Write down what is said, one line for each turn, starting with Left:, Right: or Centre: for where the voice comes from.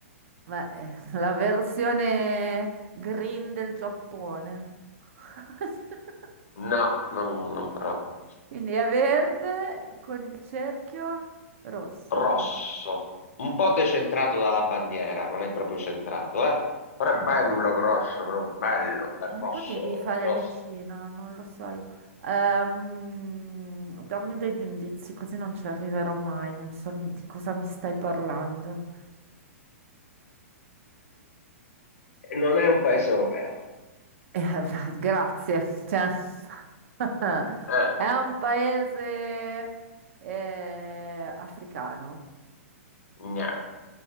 Right: Ma eh, la versione green del Giappone. <laughs>
Left: No, non, non proprio.
Right: Quindi è verde con il cerchio rosso.
Left: Rosso. Un po' decentrato dalla bandiera, non è proprio centrato, eh. Però
Right: Ma
Left: è
Right: che
Left: bello grosso, proprio bello, bel
Right: Ma Non
Left: rosso,
Right: potevi fare
Left: rosso.
Right: l'accino, non lo so io. Ehm, dammi degli indizi, così non ci arriverò mai, non so ne- di cosa mi stai parlando.
Left: Non è un paese europeo.
Right: Eh, <laughs> beh, grazie. cioè, <laughs>
Left: Eh,
Right: è un paese eh, africano,
Left: no.